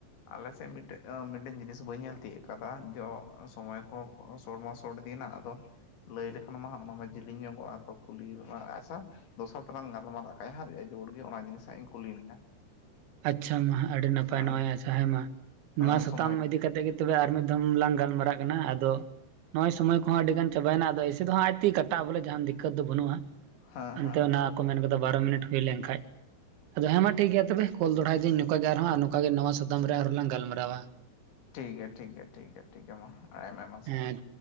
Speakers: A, on the left; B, on the right.
A: ᱟᱞᱮ ᱥᱮᱫ ᱢᱤᱫᱴᱮᱱ ᱢᱤᱫᱴᱮᱱ ᱡᱤᱱᱤᱥ ᱵᱟᱹᱧ ᱧᱮᱞ ᱛᱤᱭᱳᱜ ᱠᱟᱫᱟ ᱡᱚ ᱥᱚᱢᱚᱭ ᱠᱚ <unintelligible> ᱫᱤᱱ ᱟᱫᱚ ᱞᱟᱹᱭ ᱞᱮᱠᱷᱟᱱ ᱢᱟ ᱦᱟᱜ ᱚᱱᱟᱢᱟ ᱡᱤᱞᱤᱧ ᱧᱚᱜᱚᱜ-ᱟ ᱛᱚ ᱠᱩᱞᱤ ᱟᱪᱪᱷᱟ ᱫᱚᱥᱟᱨ ᱛᱮᱞᱟᱝ ᱜᱟᱞᱢᱟᱨᱟᱭ ᱠᱷᱟᱱ ᱦᱟᱸᱜ <unintelligible> ᱜᱮ ᱚᱱᱟ ᱡᱤᱱᱤᱥ ᱦᱟᱸᱜ ᱤᱧ ᱠᱩᱞᱤ ᱢᱮᱭᱟ
B: ᱟᱪᱪᱷᱟ ᱢᱟ ᱟᱹᱰᱤ ᱱᱟᱯᱟᱭ
A: ᱦᱮᱸ
B: ᱟᱪᱷᱟ ᱦᱮᱸ ᱢᱟ ᱱᱚᱣᱟ
A: ᱦᱮᱸ
B: ᱥᱟᱛᱟᱢ
A: ᱥᱚᱢᱚᱭ
B: ᱤᱫᱤ ᱠᱟᱛᱮᱜ ᱜᱮ ᱛᱚᱵᱮ ᱟᱨ ᱢᱤᱫ ᱫᱷᱟᱭ ᱞᱟᱝ ᱜᱟᱞᱢᱟᱨᱟᱜ ᱠᱟᱱᱟ ᱟᱫᱚ ᱱᱚᱹᱭ ᱥᱚᱢᱚᱭ ᱠᱚᱦᱚᱸ ᱟᱹᱰᱤ ᱜᱟᱱ ᱪᱟᱵᱟᱭᱮᱱᱟ ᱟᱫᱚ ᱮᱭᱥᱮ ᱫᱚᱦᱚᱸ ᱟᱡ ᱛᱮᱜᱮ ᱠᱟᱴᱟᱜ-ᱟ ᱵᱚᱞᱮ ᱡᱟᱦᱟᱱ ᱫᱤᱠᱠᱚᱛ ᱫᱚ ᱵᱟᱹᱱᱩᱜ-ᱟ᱾
A: ᱦᱮᱸ
B: ᱮᱱᱛᱮ
A: ᱦᱮᱸ
B: ᱚᱱᱟ ᱠᱚ ᱢᱮᱱ ᱠᱟᱫᱟ ᱵᱟᱨᱚ ᱢᱤᱱᱤᱴ ᱦᱩᱭ ᱞᱮᱱᱠᱷᱟᱡ ᱟᱫᱚ ᱦᱮᱸ ᱢᱟ ᱴᱷᱤᱠᱜᱮᱭᱟ ᱛᱚᱵᱮ ᱠᱚᱞ ᱫᱚᱲᱦᱟᱭᱫᱤᱧ ᱱᱚᱝᱠᱟ ᱜᱮ ᱟᱨᱦᱚᱸ ᱱᱚᱝᱠᱟ ᱜᱮ ᱱᱟᱣᱟ ᱥᱟᱛᱟᱢ ᱨᱮ ᱟᱨᱦᱚᱸ ᱞᱟᱝ ᱜᱟᱞᱢᱟᱨᱟᱣᱟ
A: ᱴᱷᱤᱠ ᱜᱮᱭᱟ ᱴᱷᱤᱠ ᱜᱮᱭᱟ ᱴᱷᱤᱠ ᱜᱮ ᱢᱟ ᱟᱭᱢᱟ ᱟᱭᱢᱟ ᱥᱟᱨᱦᱟᱣ
B: ᱦᱮᱸ